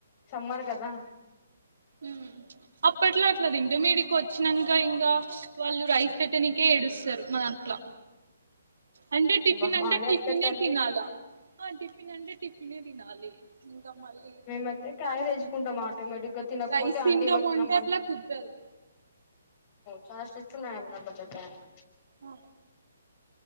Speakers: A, on the left; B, on the right.
A: సమ్మారు కదా
B: ఊ అప్పట్లో అట్లదింటే మీది కొ చ్చినంగా ఇం కా వాళ్లు రైస్ పెట్ తనికీ ఏడు సరు మరట్ల అంటే టిఫిన్
A: బా
B: అంటే
A: మాది
B: టిఫిన్
A: అట్లే తల్లి
B: తినాలా ఆంటీ టిఫిన్ అంటే టిఫిన్ తినాలి ఇంకా మళ్ళీ
A: మేమైతే క్యారీ
B: దానికి
A: తెచ్చుకుంటాం ఆటోమేటిక్ గా తినకపోతే
B: రైస్
A: ఆంటీ
B: తింటము
A: మాకు తినమంటే
B: అంటే అట్ల కుదరదు.
A: ఫాస్ట్ ఇచ్చడు ఆమె దాంట్లో జెప్పే <inaudible> <inaudible>
B: ఆ